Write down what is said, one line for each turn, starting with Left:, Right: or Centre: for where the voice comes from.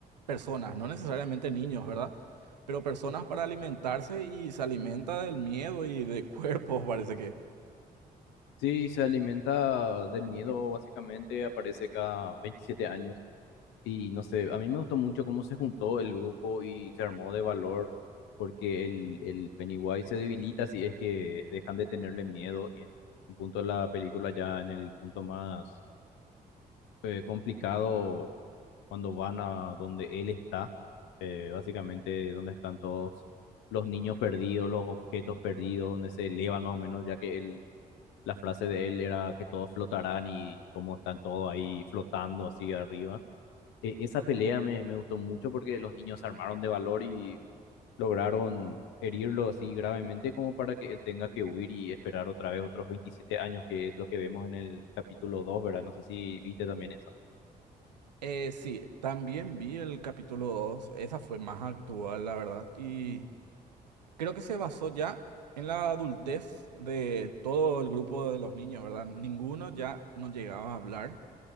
Right: personas, no necesariamente niños, ¿verdad? Pero personas para alimentarse y se alimenta del miedo y de cuerpos, <laughs> parece que.
Left: Sí, se alimenta del miedo, básicamente aparece cada 27 años Y no sé, a mí me gustó mucho cómo se juntó el grupo y se armó de valor, porque el, el Pennywise se debilita si es que dejan de tenerle miedo. Y en un punto de la película, ya en el punto más eh, complicado, cuando van a donde él está, eh, básicamente donde están todos los niños perdidos, los objetos perdidos, donde se elevan más o menos, ya que él, la frase de él era que todos flotarán y cómo están todos ahí flotando así arriba eh, esa pelea me, me gustó mucho porque los niños se armaron de valor y lograron herirlo así gravemente como para que él tenga que huir y esperar otra vez otros 27 años, que es lo que vemos en el capítulo dos ¿verdad? No sé si viste también eso.
Right: Eh, sí, también vi el capítulo 2, esa fue más actual, la verdad, y creo que se basó ya en la adultez de todo el grupo de los niños, ¿verdad? Ninguno ya no llegaba a hablar.